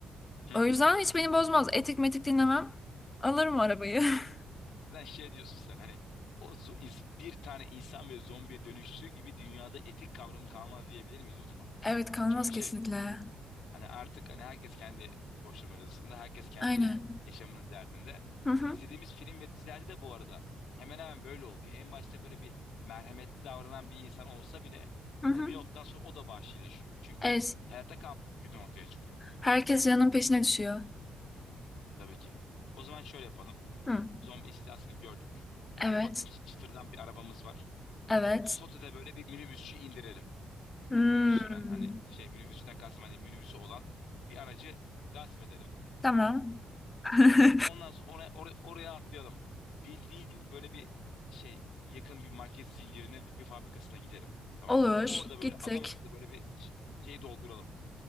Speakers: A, on the left; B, on the left.
A: <laughs>
B: O yüzden hiç beni bozmaz. Etik metik dinlemem. Alırım arabayı.
A: değil
B: <laughs>
A: mi? Sen şey diyorsun sen hani o zo- ins- bir tane insan böyle zombiye dönüştüğü gibi dünyada etik kavramı kalmaz diyebilir miyiz o zaman?
B: Evet kalmaz
A: Çünkü şey
B: kesinlikle.
A: Hani artık hani herkes kendi koşturmacasında, herkes kendi
B: Aynen.
A: yaşamının derdinde.
B: Hı hı.
A: Hani izlediğimiz film ve dizilerde de bu arada hemen hemen böyle oluyor. En başta böyle bir merhametli davranan bir insan olsa bile
B: Hı hı.
A: hani bir noktadan sonra o da vahşileşiyor. Çünkü
B: Evet.
A: hayatta kalmak günü ortaya çıkıyor
B: Herkes canın peşine düşüyor.
A: tabii ki. O zaman şöyle yapalım.
B: Hı.
A: Zombi istilasını gördük.
B: Evet.
A: Ufaktan çı- çıtırdan bir arabamız var.
B: Evet.
A: Sote'de böyle bir minibüsçü indirelim.
B: Hmm,
A: Hani minibüs süren hani şey minibüsçüden kastım hani minibüsü olan bir aracı gasp edelim.
B: tamam. <laughs>
A: Ondan sonra oraya, oraya, oraya atlayalım. Bildiğin böyle bir şey yakın bir market zincirinin bir fabrikasına gidelim. Tamam
B: Olur.
A: mı? Orada böyle
B: Gittik.
A: adam akıllı böyle bir ş- şey dolduralım.